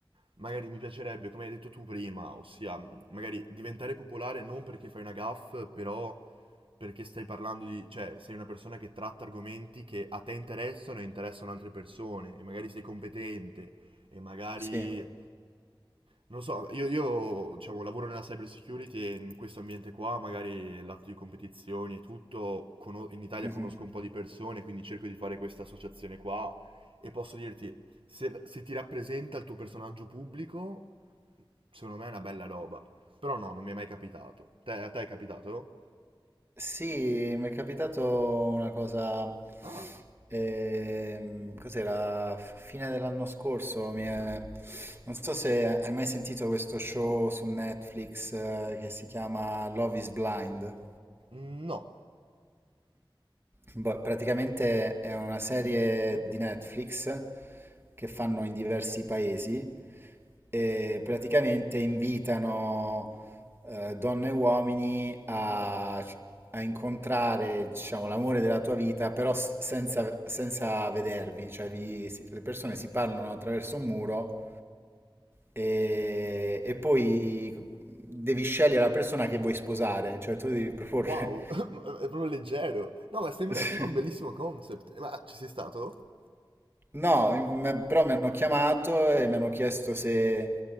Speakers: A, on the right; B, on the right.
A: magari mi piacerebbe, come hai detto tu prima, ossia magari diventare popolare non perché fai una gaff, però Perché stai parlando di, cioè, sei una persona che tratta argomenti che a te interessano e interessano altre persone, e magari sei competente, e magari,
B: sì.
A: non lo so, io, io, diciamo, lavoro nella cyber security e in questo ambiente qua, magari il lato di competizioni e tutto, cono- in Italia
B: Mhm.
A: conosco un po' di persone, quindi cerco di fare questa associazione qua, e posso dirti, se, se ti rappresenta il tuo personaggio pubblico, secondo me è una bella roba. Però no, non mi è mai capitato. Te- a te è capitato?
B: Sì, mi è capitato una cosa,
A: Ah,
B: ehm, cos'era, fine dell'anno scorso, mi è- non so se hai mai sentito questo show su Netflix, eh, che si chiama Love is Blind.
A: No.
B: Boh, praticamente è una serie di Netflix che fanno in diversi paesi e praticamente invitano eh, donne e uomini a, a incontrare, diciamo, l'amore della tua vita, però s- senza, senza vedervi, cioè vi- si- le persone si parlano attraverso un muro e, e poi devi scegliere la persona che vuoi sposare, cioè tu devi proporre...
A: Wow, <laughs> è proprio leggero. No, ma sembra,
B: <laughs>
A: sembra un bellissimo concept. Eh, Ma ci sei stato?
B: No, in- me- però mi hanno chiamato e mi hanno chiesto se,